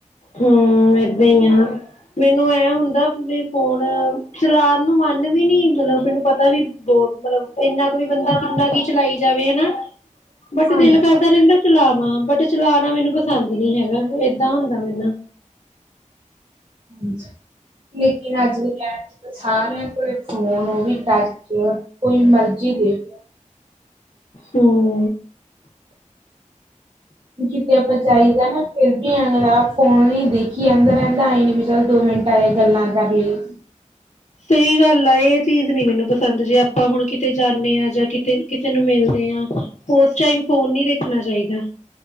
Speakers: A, on the left; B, on the right.
A: ਹੂੰ, ਐਦਾਂ ਈ ਆ। ਮੈਨੂੰ ਐ ਹੁੰਦਾ ਵੀ ਫ਼ੋਨ ਚਲਾਣ ਨੂੰ ਮੰਨ ਵੀ ਨੀ, ਮਤਲਬ ਮੈਨੂੰ ਪ ਤਾਂ ਵੀ ਬਹੁ, ਮਤਲਬ ਐਨਾ ਕੁ ਵੀ ਬੰਦਾ ਕਿੰਨਾ ਕੁ ਚਲਾਈ ਜਾਵੇ ਹਨਾ। ਬਟ
B: ਹਾਂਜੀ
A: ਦਿਲ ਕਰਦਾ ਰਹਿੰਦਾ ਚਲਾਵਾਂ, ਬਟ ਚਲਾਣਾ ਮੈਨੂੰ ਪਸੰਦ ਨੀ ਹੈਗਾ, ਏਦਾਂ ਹੁੰਦਾ ਮੇ ਨਾ।
B: ਅੱਛਾ, ਨਿੱਕੀ ਨੇ ਅੱਜ ਵੀ ਕੈ ਸਾਰਿਆਂ ਕੋਲ ਫ਼ੋਨ ਉਹ ਵੀ ਟੱਚ, ਕੋਈ ਮਰਜ਼ੀ ਦੇਖ ਲਓ।
A: ਹੂੰ।
B: ਕਿਤੇ ਆਪਾਂ ਜਾਈਦਾ ਨਾ ਫੇਰ ਵੀ ਅਗਲਾ ਫ਼ੋਨ ਹੀ ਦੇਖੀ ਜਾਦਾ ਰਹਿੰਦਾ, ਐ ਨੀ ਵੀ ਚੱਲ ਦੋ ਮਿੰਟ ਐਵੇਂ ਗੱਲਾਂ ਕਰ ਲਈਏ।
A: ਸਹੀ ਗੱਲ ਆ, ਇਹ ਚੀਜ਼ ਨੀ ਮੈਨੂੰ ਪਸੰਦ ਜੇ ਆਪਾਂ ਹੁਣ ਕਿਤੇ ਜਾਣੇ ਆ ਜਾਂ ਕਿ ਕਿਤੇ ਕਿਸੇ ਨੂੰ ਮਿਲਦੇ ਆ, ਓਸ ਟਾਈਮ ਫ਼ੋਨ ਨੀ ਦੇਖਣਾ ਚਾਹੀਦਾ।